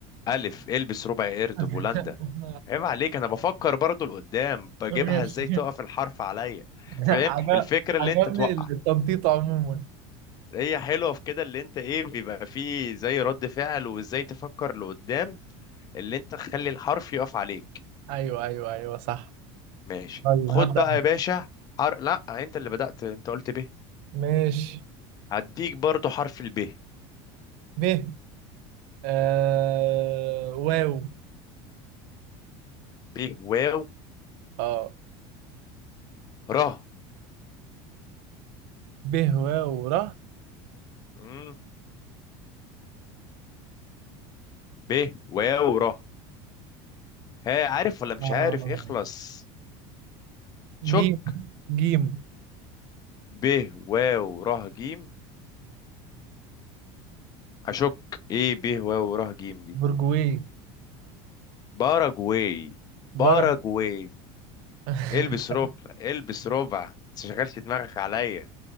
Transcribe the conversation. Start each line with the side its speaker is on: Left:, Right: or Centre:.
Left: الف البس ربع قرد
Right: <laughs>
Left: بولندا عيب عليك انا بفكر برضه لقدام بجيبها
Right: ماشي
Left: ازاي تقف الحرف عليا فاهم
Right: عجب
Left: الفكره اللي
Right: عجبني
Left: انت توقع
Right: التنطيط عموما
Left: هي حلوه في كده اللي انت ايه بيبقى فيه زي رد فعل وازاي تفكر لقدام اللي انت تخلي الحرف يقف عليك
Right: ايوه ايوه ايوه صح
Left: ماشي
Right: طيب
Left: خد
Right: هبدأ
Left: بقى يا باشا حر... لا انت اللي بدأت انت قلت ب
Right: ماشي
Left: هديك برضو حرف ال ب
Right: ب آه واو
Left: ب واو
Right: اه
Left: ره
Right: ب واو ر
Left: مم. ب واو ره ها عارف ولا مش
Right: آه.
Left: عارف اخلص شك
Right: جيم جيم
Left: ب واو ره جيم اشك ايه ب واو ره جيم دي
Right: برجوي
Left: باراجواي باراجواي
Right: برج <laughs>
Left: البس ربع البس ربع ما تشغلش دماغك عليا